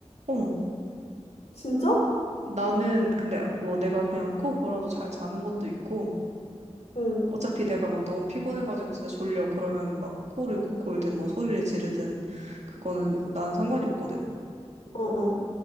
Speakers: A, on the right; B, on the left.
A: 어,
B: 진짜?
A: 나는 근데 뭐 내가 그냥 코 골아도 잘 자는 것도 있고
B: 응.
A: 어차피 내가 막 너무 피곤해가지고 진짜 졸려 그러면 막 코를 골든 뭐 소리를 지르든 그거는 난 상관이 없거든.
B: 어, 어.